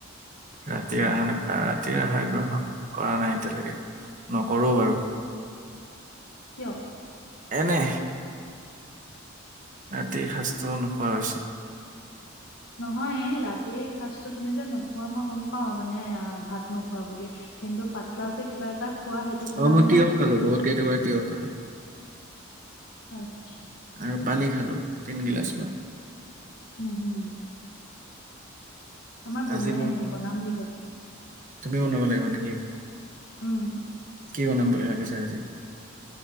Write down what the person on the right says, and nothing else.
ৰাতিৰ আহাৰ - ৰাতিৰ আহাৰ গ্ৰহণ কৰা নাই এতিয়ালৈকে। নকৰো বাৰু।
এনে। ৰাতি শাস্ত্ৰও নোপোৱা হৈছোঁ।
অহ, মই
তিয়হ
খালো বহুত কেইটুকুৰা তিয়হ খালো।
আৰু পানী খালো তিন গিলাচমান।
আজি মোক
তুমি বনাব লাগিব নেকি?
কি বনাম বুলি ভাবিছা আজি?